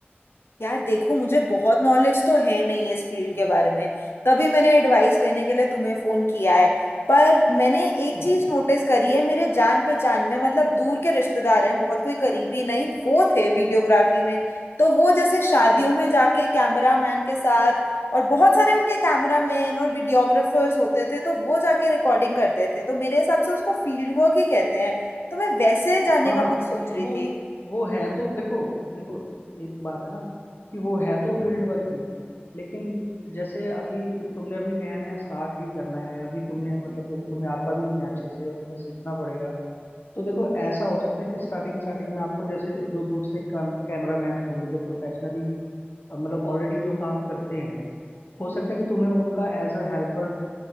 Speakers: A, on the left; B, on the left.
A: यार देखो मुझे बहुत नॉलेज तो है नहीं इस फील्ड के बारे में तभी मैंने एडवाइस लेने के लिए तुम्हें फोन किया है पर मैंने एक
B: हम्म
A: चीज नोटिस करी है मेरे जान पहचान में मतलब दूर के रिश्तेदार हैं बहुत कोई करीबी नहीं वो थे वीडियोग्राफी में तो वो जैसे शादियों में जाके कैमरा मैन के साथ और बहुत सारे उनके कैमरा मैन और वीडियोग्राफर्स होते थे तो वो जाके रिकॉर्डिंग करते थे तो मेरे हिसाब से उसको फील्ड वर्क ही कहते हैं तो मैं वैसे जाने
B: हाँ
A: का
B: हाँ
A: कुछ सोच रही
B: वो
A: थी
B: वो है तो देखो देखो एक बात है ना कि वो है तो फील्ड वर्क ही लेकिन जैसे अभी तुमने अभी नया नया स्टार्ट ही करना है अभी तुमने मतलब अभी तुम्हें आता भी नहीं है अच्छे से और तुम्हें सीखना पड़ेगा तो देखो ऐसा हो सकता है कि स्टार्टिंग स्टार्टिंग में आपको जैसे जो दूसरे काम कैमरामैन होंगे जो प्रोफेशनली मतलब ऑलरेडी जो काम करते हैं हो सकता है कि तुम्हें उनका एज अ हेल्पर